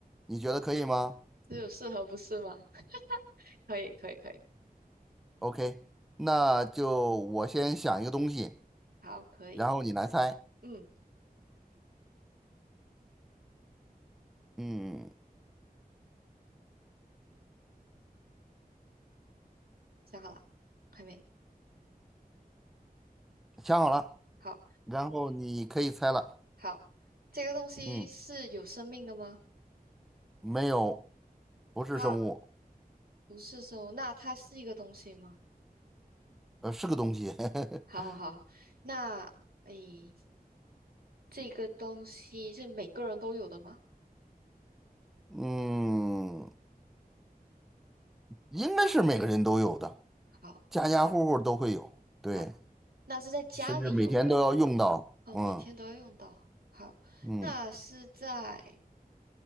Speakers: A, in the centre; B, on the right.
A: 你觉得可以吗？
B: 只有适合不是吗？<laughs> 可以可以可以，
A: OK，那就我先想一个东西，
B: 好可以，
A: 然后你来猜。
B: 嗯，
A: 嗯，
B: 想好了，还没，
A: 想好了，
B: 好
A: 然后你可以猜了。
B: 好，这个东西是有生命的吗？
A: 嗯，没有，不是生物，
B: 它不是生物，那它是一个东西吗？
A: 呃，是个东西。<laughs>
B: 好好好，那诶，这个东西是每个人都有的吗？
A: 嗯，应该是每个人都有的，
B: 好
A: 家家户户都会有，对，
B: 好，那是在家里有的
A: 甚至每天都要用到。
B: 哦，
A: 嗯
B: 每天都要用到。好，
A: 嗯，
B: 那是在。